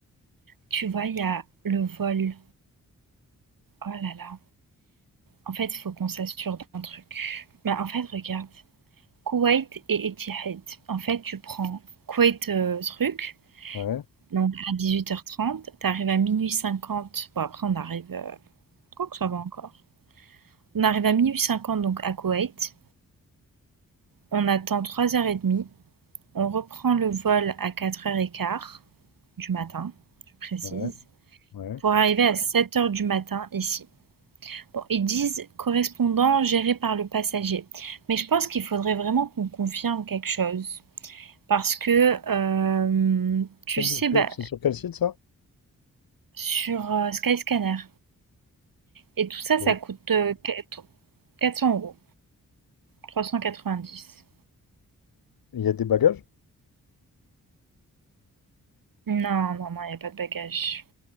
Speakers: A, on the right; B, on the left.
A: Tu vois, il y a le vol. Oh là là. En fait, il faut qu'on s'assure d'un truc. Bah, en fait, regarde. Koweït et Etihad. En fait, tu prends Koweït, heu, truc,
B: Ouais,
A: donc à 18:30, tu arrives à 12:50, bon après on arrive, heu, que ça va encore. On arrive à 12:50 donc à Koweït, on attend 3:30, on reprend le vol à 04:15 du matin, je précise,
B: ouais, ouais.
A: pour arriver à sept heures du matin ici. Bon, ils disent correspondant géré par le passager, mais je pense qu'il faudrait vraiment qu'on confirme quelque chose. Parce que, hem, tu
B: Ça,
A: sais,
B: C'est sur que-
A: bah,
B: c'est sur quel site ça?
A: sur, heu, Skyscanner et tout ça, ça
B: Ouais.
A: coûte, heu, quatre 400 €, 390.
B: Il y a des bagages?
A: Non, non, non, il y a pas de bagages.